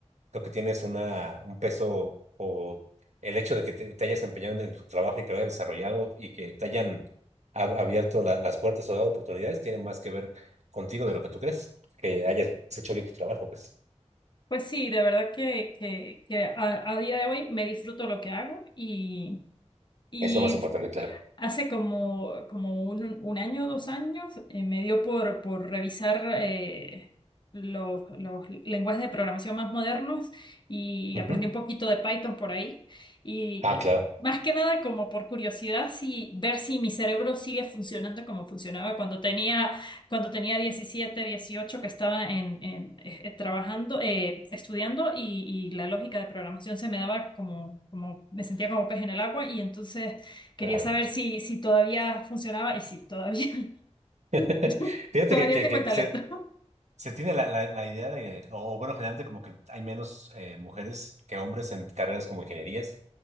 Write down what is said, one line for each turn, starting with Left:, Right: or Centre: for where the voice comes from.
Right: creo que tienes una, un peso o el hecho de que te, te hayas empeñado en tu trabajo y que lo hayas desarrollado y que te hayan ab- abierto la- las puertas o dado oportunidades, tiene más que ver contigo de lo que tú crees, que hayas hecho bien tu trabajo, pues.
Left: Pues sí, de verdad que, que, que a, a día de hoy me disfruto lo que hago y, y
Right: Es lo más importante, claro.
Left: Hace como, como un, un año, dos años, eh, me dio por, por revisar eh, los, los lenguajes de programación más modernos y
Right: Ujú.
Left: aprendí un poquito de Python por ahí. Y
Right: Ah, claro,
Left: más que nada como por curiosidad, si, ver si mi cerebro sigue funcionando como funcionaba cuando tenía, cuando tenía diecisiete dieciocho que estaba en, en, eh, eh, trabajando, eh, estudiando y, y la lógica de programación se me daba como, como, me sentía como pez en el agua y entonces... Quería
Right: claro.
Left: saber si, si todavía funcionaba y si todavía,
Right: <laughs>
Left: <laughs>
Right: Fíjate
Left: todavía
Right: que,
Left: tengo
Right: que, que
Left: el talento.
Right: se- Se tiene la, la, la idea de, o, o bueno, generalmente como que hay menos eh, mujeres que hombres en carreras como ingenierías